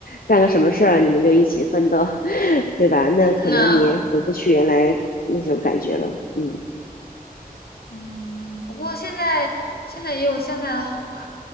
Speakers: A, on the left; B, on the left.
A: 干个什么事儿，你们就一起奋斗，<laughs> 对吧？那可能你也回不去原来那种感觉了。
B: 那
A: 嗯
B: 嗯，不过现在现在也有现在的好吧。